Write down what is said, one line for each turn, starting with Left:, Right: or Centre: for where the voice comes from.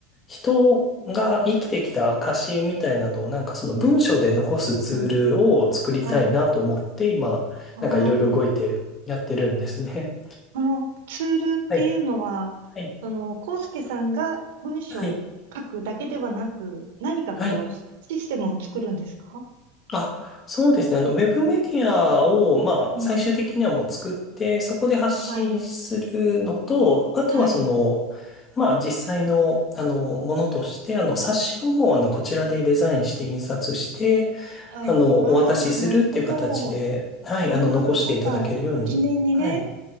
Left: 人が生きてきた証みたいなのを、なんかその文章で残すツールを作りたいなと思って、
Right: うん、はい、
Left: 今、
Right: ああ、
Left: なんかいろいろ動いてやってるんですね。
Right: そのツールっていうのは、
Left: はい。はい。
Right: その、コウスケさんが文章を書くだけではなく、
Left: はい。
Right: 何かこう、
Left: はい。
Right: システムを作るんですか
Left: あ、そうですね。あの、ウェブメディアを、まあ、
Right: うん。
Left: 最終的にはもう作って、そこで発信するのと、
Right: はい。
Left: あとはその、
Right: はい。
Left: まあ、実際の、あの、ものとして、あの、冊子をもう、あの、こちらでデザインして印刷して、
Right: はい。
Left: あの、お渡しするっていう形で、
Right: ああ、なるほど。
Left: はい、
Right: ああ、
Left: あの、残していただけるように。
Right: なんか、記念にね。
Left: はい。